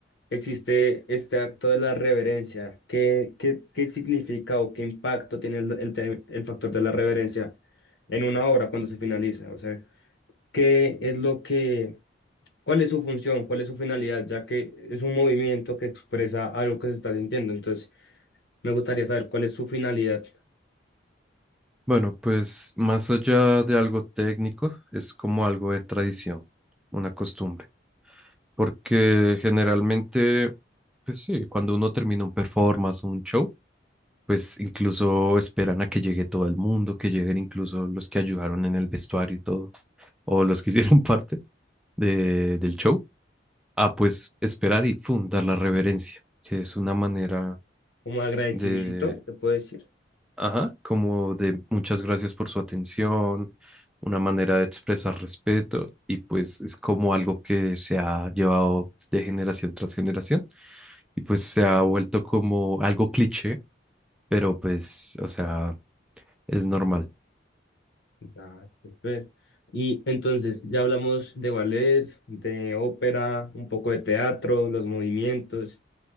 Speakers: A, on the left; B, in the centre.
A: existe este acto de la reverencia. ¿Qué, qué, qué significa o qué impacto tiene el, el te- el factor de la reverencia en una obra cuando se finaliza? O sea, ¿qué es lo que, cuál es su función, cuál es su finalidad, ya que es un movimiento que expresa algo que se está sintiendo? Entonces, me gustaría saber cuál es su finalidad.
B: Bueno, pues más allá de algo técnico, es como algo de tradición, una costumbre. porque generalmente, pues sí, cuando uno termina un performance o un show, pues incluso esperan a que llegue todo el mundo, que lleguen incluso los que ayudaron en el vestuario y todo, o los que <laughs> hicieron parte de,
A: eh,
B: del show, a pues esperar y fundar dar la reverencia, que es una manera
A: Como agradecimiento,
B: de
A: te puedo decir.
B: Ajá, como de muchas gracias por su atención, una manera de expresar respeto y pues es como algo que se ha llevado de generación tras generación y pues se ha vuelto como algo cliché, pero pues, o sea, es normal.
A: Ah, súper. Y entonces ya hablamos de ballet, de ópera, un poco de teatro, los movimientos.